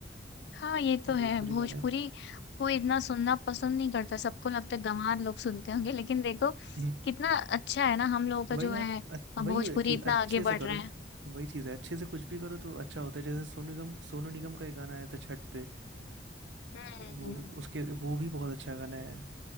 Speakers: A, on the left (about 70°); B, on the right (about 85°).
A: हाँ ये तो है
B: भोजपुरी
A: भोजपुरी
B: गाने
A: कोई इतना सुनना पसंद नहीं करता सबको लगता है गंवार लोग सुनते होंगे लेकिन देखो
B: हम्म,
A: कितना अच्छा है ना हम लोगों का
B: वही
A: जो
B: ना
A: है
B: अ- वही
A: भोजपुरी
B: है कि
A: इतना
B: अच्छे
A: आगे बढ़
B: से करो
A: रहा है
B: वही चीज़ है अच्छे से कुछ भी करो तो अच्छा होता है जैसे सोनू निगम सोनू निगम का एक गाना आया था छठ पे
A: हम्म
B: तो वो उसके वो भी बहुत अच्छा गाना है